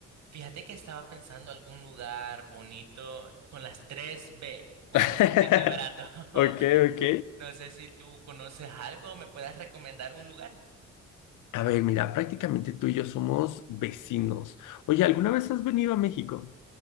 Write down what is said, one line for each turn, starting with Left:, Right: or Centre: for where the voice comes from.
Right: fíjate que estaba pensando algún lugar bonito con las tres b Bueno,
Left: <laughs>
Right: bonito y barato. <laughs>
Left: Ok, ok.
Right: No sé si tú conoces algo o me puedas recomendar un lugar.
Left: A ver, mira, prácticamente tú y yo somos vecinos. Oye, ¿alguna vez has venido a México?